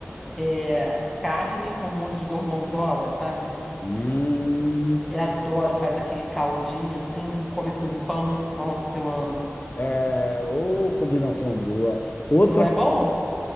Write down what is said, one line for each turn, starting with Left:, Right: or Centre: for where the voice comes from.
Centre: é carne com molho de gorgonzola, sabe?
Left: Hum,
Centre: Eu adoro, faz aquele caldinho assim, come com pão. Nossa, eu amo.
Left: é, ô, combinação boa. Outra,
Centre: Não é bom?